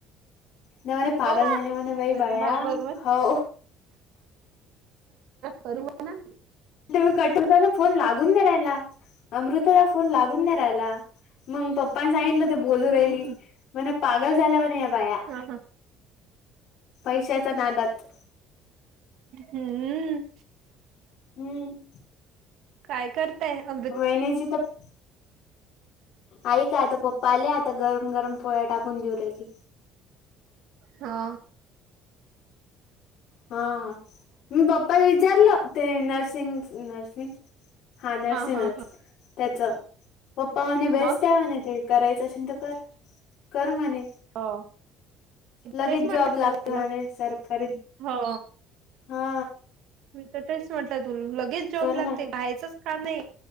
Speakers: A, on the left; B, on the right.
A: नाही म्ह पागल
B: हो का
A: झाले म्ह बाई
B: असं
A: बाया
B: ना बरोबर
A: हो
B: करू ना,
A: तुम्ही कटुताचा फोन लागून नाही राहिला अमृताचा फोन लागून नाही राहिला मग पप्पानी सांगितलं ते बोलू
B: हम्म
A: राहिली
B: हम्म
A: म्हणे पागल झाल्या म्हणे या बाया
B: हा हा
A: पैशाच्या नादात
B: हम्म...
A: हम्म.
B: काय करताय हो?
A: वहीनी जिथं आई काय आता, पप्पा आले आता गरम-गरम पोळ्या टाकून देऊ राहिली.
B: हा
A: हा हा मी पप्पाला विचारलं ते नर्सिंग नर्सिंग हा नर्सिंगच
B: हा हा
A: त्याच पप्पा म्हणे बेस्ट
B: मग
A: आहे म्हणे ते करायचं असेल तर कर कर म्हणे
B: हो
A: लगेच
B: तेच म्हटलं
A: जॉब लागते
B: तुला
A: म्हणे सरकारी
B: हो
A: हा
B: मी तर तेच म्हटलं तु लगेच जॉब
A: कर
B: लागते
A: म्हणे
B: बायचंच का नाही